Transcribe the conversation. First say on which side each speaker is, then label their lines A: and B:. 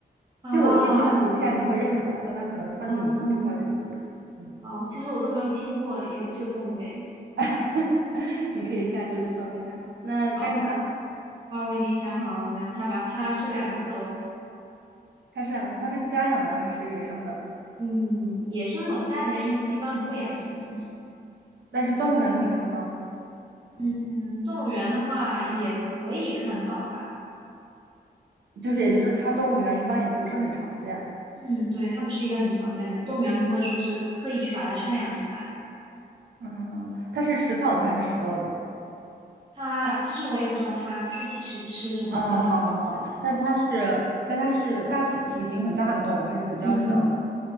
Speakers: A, on the right; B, on the right.
A: 啊？
B: 就我给你看图片，你会认出来，但可能它的名字你不太熟悉。
A: 嗯，
B: 嗯，
A: 哦，其实我都没有听过有这个动物诶。
B: <laughs> 你可以下去搜一下。那该你了，
A: 好，好，我已经想好了，你来猜吧。它是两个字哦。
B: 它是两，它是家养的还是野生的？
A: 嗯，野生的家里面一一般不会养这种东西。
B: 但是动物园可以看到吗？
A: 嗯，动物园的话也可以看到吧。
B: 就是，也就是它动物园一般也不是很常见。
A: 嗯，对，它不是一个很常见的，动物园不会说是刻意去把它圈养起来。
B: 嗯，它是食草的还是食肉的？
A: 它其实我也不知道它具体是吃什么的，
B: 嗯，好好好。但它是，但它是大型体型很大的动物还是比较小的？
A: 嗯，